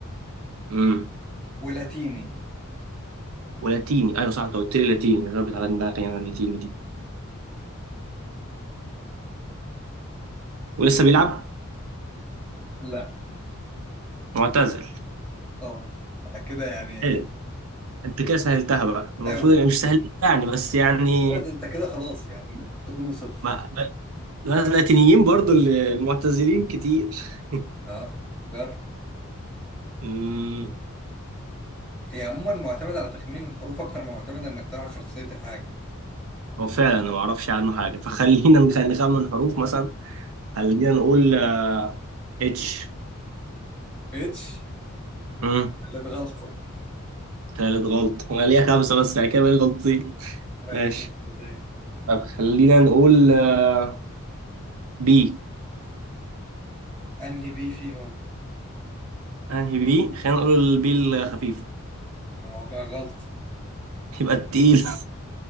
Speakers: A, on the right (about 70°); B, in the centre.
A: امم
B: ولاتيني
A: ولاتيني أيوة صح أنت قلت لي لاتيني غابت على دماغي أنا اللاتيني دي ولسه بيلعب
B: لا
A: معتزل
B: اه انا كده يعني
A: حلو أنت كده سهلتها بقى المفروض
B: أوي
A: يعني مش سهلتها يعني بس يعني
B: لا ده أنت كده خلاص يعني المفروض تكون وصلت
A: ما ما- ما اللاتينيين برضو اللي- المعتزلين كتير <laughs>
B: ها جر
A: امم
B: هي عموما معتمدة على تخمين الحروف أكتر ما معتمدة إنك تعرف شخصية الحاجة
A: هو فعلا أنا ما أعرفش عنه حاجة فخلينا نخ- نخمن حروف مثلا خلينا نقول آه، اتش
B: اتش
A: امم
B: اللي اتغلط
A: تالت غلط انا ليا خمسة بس يعني كده بقالي غلطتين
B: بعيدا
A: ماشي
B: بالبداية
A: طب خلينا نقول آه، بي
B: أنهي بي فيهم
A: انهي بي خلينا نقول البي الخفيف
B: رابع غلط
A: يبقى التقيل